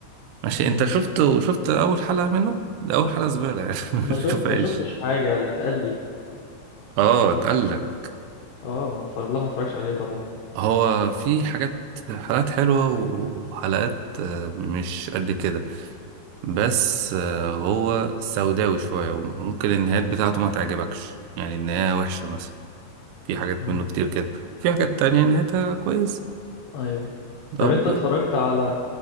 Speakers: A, on the right; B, on the left.
A: ماشي
B: مم.
A: انت شفت شفت اول حلقه منه ده اول حلقه زباله يعني <laughs>
B: ما
A: مش
B: شوف
A: كفايش
B: ما شفتش حاجة اللي اتقال لي
A: اه اتقال
B: أنت ف-
A: لك
B: اه ما اتفرج لا ما اتفرجش عليه طبعا
A: هو في حاجات حلقات حلوة وحلقات آه، مش قد كده بس آه، هو سوداوي شوية وممكن النهايات بتاعته ما تعجبكش يعني النهاية وحشة مثلا في حاجات
B: مم.
A: منه كتير كده في حاجات تانية نهايتها كويس
B: ايوه
A: طب
B: طب انت اتفرجت على